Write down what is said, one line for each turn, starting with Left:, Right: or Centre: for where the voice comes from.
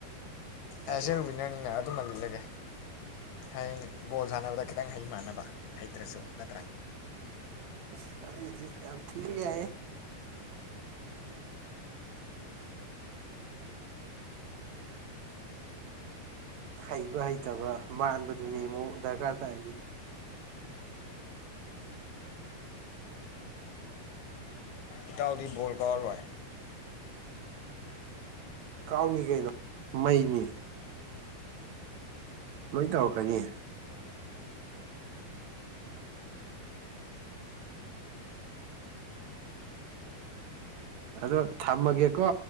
Right: ꯌꯥꯏ
Left: ꯑꯩꯁ ꯑꯦ
Right: ꯌꯥꯏ
Left: ꯋꯤꯟꯅꯔꯅ ꯑꯗꯨꯃ ꯂꯤꯠꯂꯒꯦ ꯍꯌꯦꯡ ꯕꯣꯜ ꯁꯥꯟꯅꯕꯗ ꯈꯤꯇꯪ ꯍꯩ ꯃꯥꯟꯅꯕ ꯍꯩꯇ꯭ꯔꯁꯨ ꯅꯠꯇ꯭ꯔꯥ
Right: ꯑꯁ ꯑꯗꯨꯏꯗꯤ ꯌꯥꯝ ꯊꯤ ꯌꯥꯏꯍꯦ ꯍꯩꯕ ꯍꯩꯇꯕ ꯃꯥꯟꯕꯗꯨꯅꯦ ꯑꯃꯨꯛ ꯗꯔꯀꯥꯔ ꯇꯥꯏꯁꯦ
Left: ꯏꯇꯥꯎꯗꯤ ꯕꯣꯜ ꯀꯥꯎꯔꯔꯣꯏ
Right: ꯀꯥꯎꯅꯤ ꯀꯩꯅꯣ ꯃꯩꯅꯤ ꯂꯣꯏ ꯇꯧꯔꯛꯀꯅꯤ ꯑꯗꯣ ꯊꯝꯃꯒꯦꯀꯣ